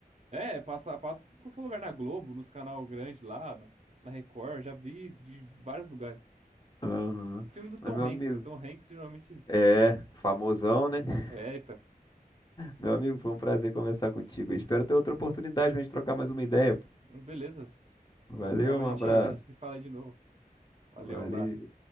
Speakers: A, on the right; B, on the left.
A: É, passa, passa em qualquer lugar na Globo, nos canal grande lá, na, na Record, já vi de vários lugares.
B: Aham.
A: O filme do Tom
B: Mas meu
A: Hanks,
B: amigo,
A: né? Tom Hanks geralmente...
B: é, famosão, né? <laughs>
A: É, eita,
B: Meu amigo, foi um prazer conversar contigo. Espero ter outra oportunidade pra gente trocar mais uma ideia. pô.
A: hum, beleza,
B: Valeu,
A: logo, logo a
B: um
A: gente,
B: abraço.
A: a gente se fala aí de novo. Valeu,
B: Valeu.
A: abraço.